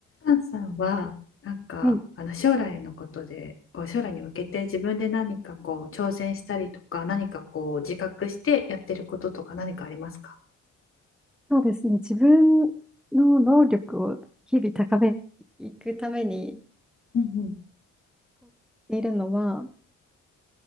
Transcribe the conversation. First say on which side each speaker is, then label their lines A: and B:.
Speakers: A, on the left; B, in the centre.
A: タンさんはなんかあの将来のことでこう将来に向けて自分で何かこう挑戦したりとか何かこう自覚してやってることとか何かありますか
B: はい、そうですね。自分の能力を日々高めていくために
A: うんうん
B: いるのは、